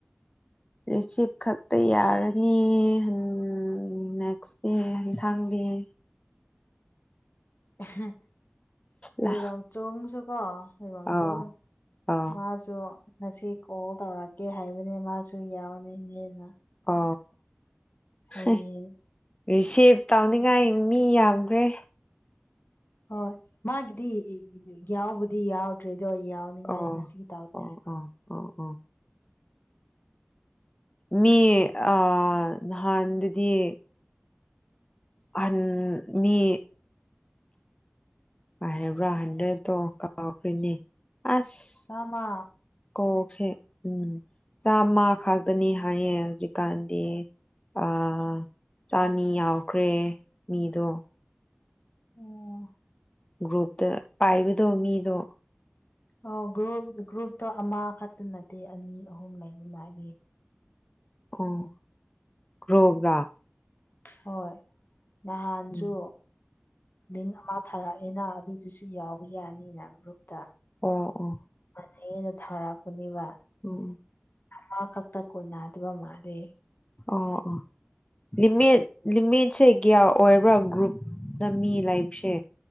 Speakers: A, on the left; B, on the left.
A: ꯔꯤꯁꯤꯞ ꯈꯛꯇ ꯌꯥꯔ ꯅꯦ ꯍꯟ ꯅꯦꯛꯁ ꯗꯦ <unintelligible>
B: ꯑꯍ ꯂꯩꯋꯥꯡꯆꯨꯡꯁꯨ
A: ꯂꯥ
B: ꯀꯣ ꯂꯣꯢꯋꯥꯡꯆꯨꯡ
A: ꯑꯥꯎ ꯑꯥꯎ
B: ꯃꯥꯁꯨ ꯉꯁꯤ ꯀꯣꯜ ꯇꯧꯔꯛꯀꯦ ꯍꯥꯏꯕꯅꯦ ꯃꯥꯁꯨ ꯌꯥꯎꯅꯤꯡꯉꯦꯅ
A: ꯑꯣ
B: ꯍꯌꯦꯡ
A: ꯍ ꯔꯤꯁꯤꯐ ꯇꯧꯅꯤꯡꯉꯥꯏ ꯃꯤ ꯌꯥꯝ ꯈ꯭ꯔꯦ
B: ꯍꯣꯏ ꯃꯥꯒꯤꯗꯤ ꯏ ꯏ ꯌꯥꯎꯕꯨꯗꯤ ꯌꯥꯎꯗ꯭ꯔꯦ ꯗꯣ ꯌꯥꯎꯅꯤꯡꯉꯥꯏ
A: ꯑꯣ
B: ꯉꯁꯤ ꯇꯥꯎ <unintelligible>
A: ꯑꯣ
B: ꯕ
A: ꯑꯣ ꯑꯣ ꯑꯣ ꯃꯤ ꯑꯥ ꯅꯍꯥꯟꯗꯨꯗꯤ ꯑꯍꯟ ꯃꯤ ꯄꯥꯢꯕ꯭ꯔꯥ ꯍꯟꯗ꯭ꯔꯦꯠꯇꯣ ꯀꯥꯎꯈ꯭ꯔꯤꯅꯦ ꯑꯁ
B: ꯆꯥꯝꯃ
A: ꯀꯣꯛ ꯁꯦ ꯎꯝ ꯆꯥꯝꯃ ꯈꯛꯇꯅꯤ ꯍꯥꯏꯌꯦ ꯍꯧꯖꯤꯛꯀꯥꯟꯗꯤ ꯑꯥ ꯆꯥꯟꯅꯤ ꯌꯥꯎꯈ꯭ꯔꯦ ꯃꯤꯗꯣ
B: ꯑꯣ
A: ꯒ꯭ꯔꯨꯞꯇ ꯄꯥꯏꯕꯗꯣ ꯃꯤꯗꯣ
B: ꯑꯣ ꯒ꯭ꯔꯨꯞ ꯒ꯭ꯔꯨꯞꯇꯣ ꯑꯃ ꯈꯛꯇ ꯅꯠꯇꯦ ꯑꯅꯤ ꯑꯍꯨꯝ ꯂꯩꯕꯗꯥꯢꯅꯦ
A: ꯑꯣ ꯒ꯭ꯔꯣꯕ ꯔꯥ
B: ꯍꯣꯏ ꯅꯍꯥꯟꯁꯨ
A: ꯎꯝ
B: ꯂꯤꯟ ꯑꯝ ꯊꯥꯔꯛꯑꯦꯅ ꯑꯗꯨꯗꯨꯁꯨ ꯌꯥꯎꯕ ꯌꯥꯅꯤꯅ ꯒ꯭ꯔꯨꯞꯇ
A: ꯑꯣꯑꯣ
B: ꯐꯩꯌꯦꯅ ꯊꯥꯔꯛꯄꯅꯦꯕ
A: ꯎꯝ
B: ꯑꯃ ꯈꯛꯇ ꯀꯣꯟꯅꯗꯕ ꯃꯥꯜꯂꯦ
A: ꯑꯣ ꯑꯣ ꯂꯤꯃꯤꯠ ꯂꯤꯃꯤꯠꯁꯦ ꯀ꯭ꯌꯥ ꯑꯣꯏꯕ꯭ꯔꯥ ꯒ꯭ꯔꯨꯞꯇ ꯂꯃꯤ ꯂꯩꯕꯁꯦ